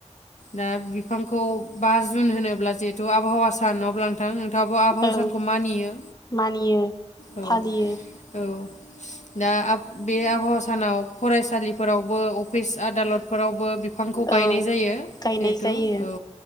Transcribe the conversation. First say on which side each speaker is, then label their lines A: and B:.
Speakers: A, on the left; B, on the left.
A: दा बिफांखौ बा जुन होनोब्ला जिहेतु आबहावा सान नङा अब्ला नोंथां नो आबो आबहावा
B: ओं
A: सानखौ मानियो
B: मानियो
A: औ
B: फालियो
A: औ। दा आब बे आबहावा सानाव फरायसालिफोरावबो फिस आदालतफोरावबो बिफांखौ गायनाय
B: औ
A: जायो
B: गायनाय
A: जिहेथु
B: जायो
A: औ